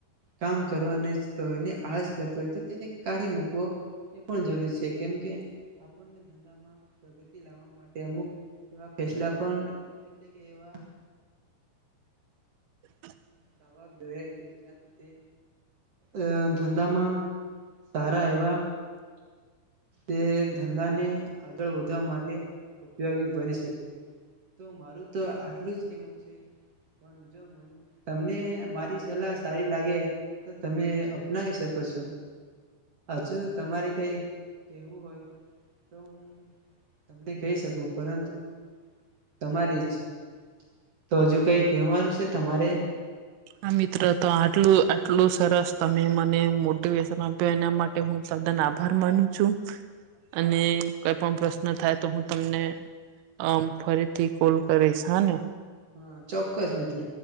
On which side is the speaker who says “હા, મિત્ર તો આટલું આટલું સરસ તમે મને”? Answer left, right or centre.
Right